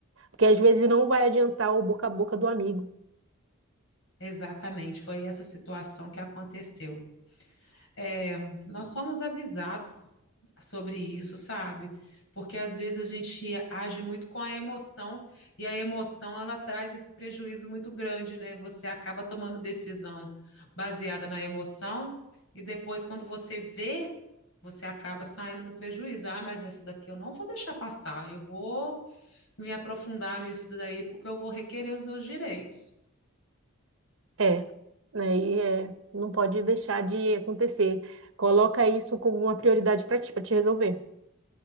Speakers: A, on the right (about 60°); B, on the left (about 65°).
A: Porque às vezes não vai adiantar o boca a boca do amigo.
B: Exatamente, foi essa situação que aconteceu. É, nós fomos avisados sobre isso, sabe? Porque às vezes a gente age muito com a emoção e a emoção ela traz esse prejuízo muito grande, né? Você acaba tomando decisão baseada na emoção e depois quando você vê, você acaba saindo no prejuízo. Ah, mas essa daqui eu não vou deixar passar. Eu vou me aprofundar nisso daí porque eu vou requerer os meus direitos.
A: É, né? E é, não pode deixar de acontecer. Coloca isso como uma prioridade para ti, para te resolver,